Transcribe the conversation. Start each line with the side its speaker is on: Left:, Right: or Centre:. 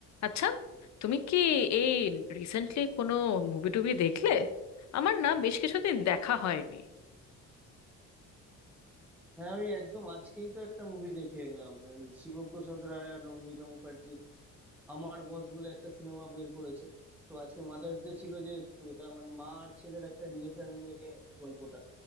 Left: আচ্ছা তুমি কি এই রিসেন্টলি কোনো মুভি টুভি দেখলে আমার না বেশ কিছুদিন দেখা হয়নি
Centre: হ্যাঁ আমি একদম আজকেই তো একটা মুভি দেখে এলাম ওই শিবপ্রসাদ রায় আর নন্দিতা মুখার্জির আমার বস বলে একটা সিনেমা বের করেছে তো আজকে মাদার্স ডে ছিল যেহেতু এটা মানে মা আর ছেলের একটা রিলেশন নিয়ে গল্পটা